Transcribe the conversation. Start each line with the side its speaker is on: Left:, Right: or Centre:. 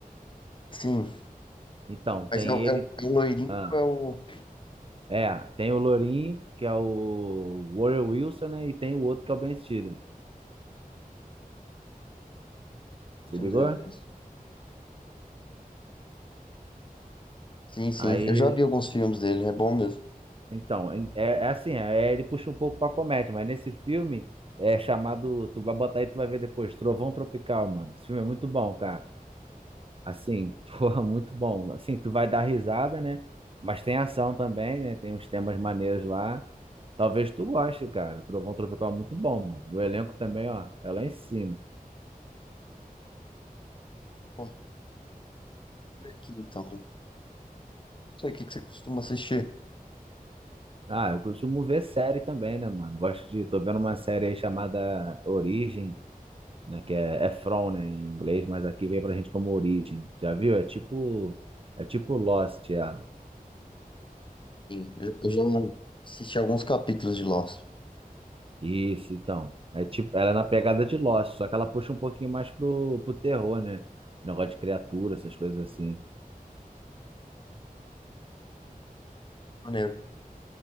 Left: Sim,
Right: Então,
Left: mas
Right: tem
Left: é, o-
Right: ele.
Left: é, o- é o loirinho
Right: ah,
Left: ou é o. o
Right: É, tem o Lourinho, que é o Warren Wilson, né? E tem o outro que é o Ben Stiller. Se
Left: filme
Right: ligou?
Left: dele mesmo? Sim, sim.
Right: Aí,
Left: Eu já vi alguns filmes dele, é bom mesmo.
Right: então, é, é assim, é, é, ele puxa um pouco pra comédia, mas nesse filme é chamado. Tu vai botar aí, tu vai ver depois, Trovão Tropical, mano. Esse filme é muito bom, cara. Assim, <laughs> porra, muito bom. Assim, tu vai dar risada, né? Mas tem ação também, né? Tem uns temas maneiros lá. Talvez tu goste, cara. Trovão Tropical é muito bom, mano. O elenco também, ó, é lá em cima.
Left: Pô, por aqui então. Não sei o que que você costuma assistir.
Right: Ah, eu costumo ver série também, né, mano? Gosto de. Tô vendo uma série aí chamada Origem, né? Que é, é From, né, em inglês, mas aqui vem pra gente como Origem. Já viu? É tipo. É tipo Lost, ela.
Left: Sim, eu eu já assisti alguns capítulos de Lost.
Right: Isso, então. É tipo, ela é na pegada de Lost, só que ela puxa um pouquinho mais pro, pro terror, né? Negócio de criatura, essas coisas assim.
Left: Maneiro.